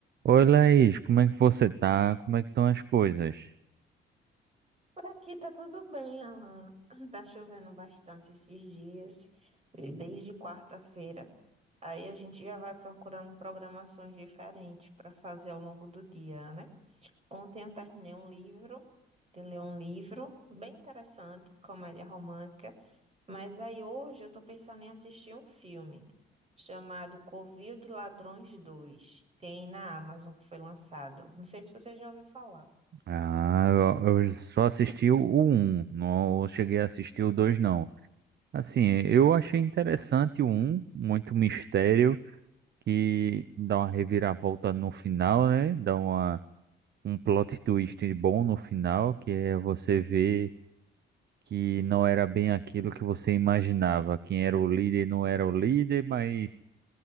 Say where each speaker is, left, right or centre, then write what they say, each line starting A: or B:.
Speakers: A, on the right; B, on the right.
A: Oi, Laís, como é que você tá? Como é que estão as coisas?
B: Por aqui tá tudo bem, Alan. Tá chovendo bastante esses dias, desde quarta-feira. Aí a gente já vai procurando programações diferentes para fazer ao longo do dia, né? Ontem eu terminei um livro, de ler um livro bem interessante, de comédia romântica. Mas aí hoje eu tô pensando em assistir um filme chamado Covil de Ladrões 2. Tem na Amazon que foi lançado. Não sei se você já ouviu falar.
A: Ah, eu, eu só assisti o um, não cheguei a assistir o 2 não. Assim, eu achei interessante o um, muito mistério, que dá uma reviravolta no final, né? Dá uma, um plot twist bom no final, que é você ver que não era bem aquilo que você imaginava. Quem era o líder não era o líder, mas